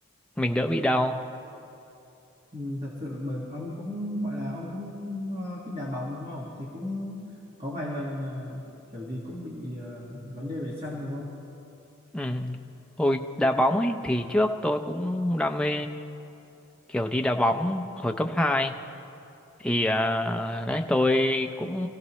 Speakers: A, in the centre; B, on the right.
A: mình đỡ bị đau.
B: ừ, thật sự bởi ông cũng gọi là ông cũng ờ, thích đá bóng đúng không thì cũng có vài lần ờ, kiểu gì cũng bị ờ, vấn đề về chân đúng không
A: Ừ. Hồi đá bóng ấy thì trước tôi cũng đam mê kiểu đi đá bóng hồi cấp hai thì à, đấy tôi cũng